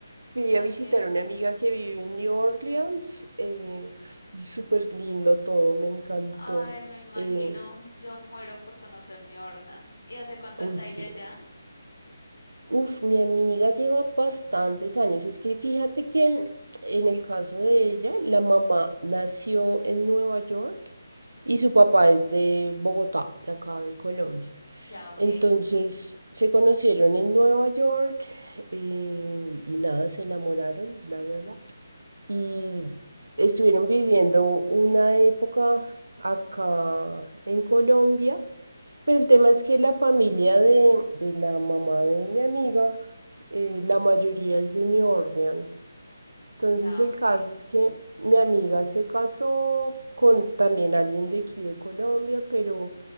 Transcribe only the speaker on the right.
Fui
a visitar a una amiga que vive en New Orleans eh, y súper lindo todo, me encantó.
Eh,
uy,
sí,
Uf, mi amiga lleva bastantes años. Es que fíjate que en el caso de ella, la mamá nació en Nueva York y su papá es de Bogotá, de acá de Colombia.
Entonces se conocieron en Nueva York eh, y nada, se enamoraron, bla, bla, bla. Y estuvieron viviendo una época acá en Colombia. Pero el tema es que la familia de, de la mamá de mi amiga, eh, la mayoría es de New Orleans. Entonces
el
caso es que mi amiga se casó con también alguien de aquí de Colombia, pero